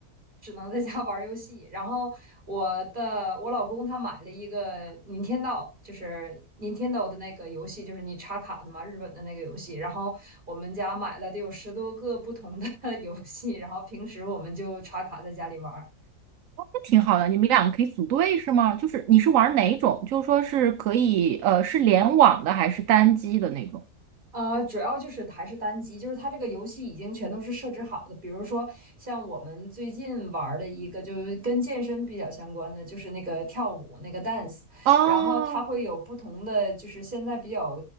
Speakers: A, on the right; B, on the right.
A: 只能在家玩儿游戏。然后我的我老公他买了一个 n i n 就是 n i n 的那个游戏，就是你插卡的嘛，日本的那个游戏。然后我们家买了得有十多个不同的 <laughs> 游戏，然后平时我们就插卡在家里玩儿。
B: 那挺好的，你们两个可以组队是吗？就是你是玩哪种？就说是可以呃是联网的还是单机的那种？
A: 啊、主要就是还是单机，就是它这个游戏已经全都是设置好的。比如说，像我们最近玩儿的一个，就是跟健身比较相关的，就是那个跳舞那个 dance，
B: 哦
A: 然后它会有不同的，就是现在比较